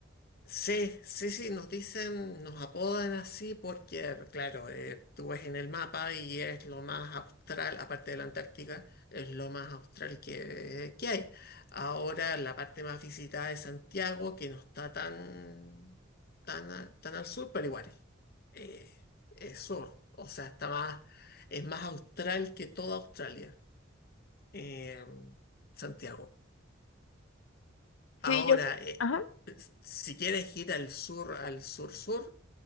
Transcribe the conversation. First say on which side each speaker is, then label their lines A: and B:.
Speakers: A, on the left; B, on the left.
A: Sí, sí, sí, nos dicen, nos apodan así porque, claro, eh, tú ves en el mapa y es lo más austral, aparte de la Antártica, es lo más austral que, que hay. Ahora la parte más visitada es Santiago, que no está tan, tan, a- tan al sur, pero igual eh, es sur, o sea, está más, es más austral que toda Australia, eh, Santiago. Ahora,
B: Sí, yo.
A: eh,
B: Ajá.
A: si quieres ir al sur, al sur-sur,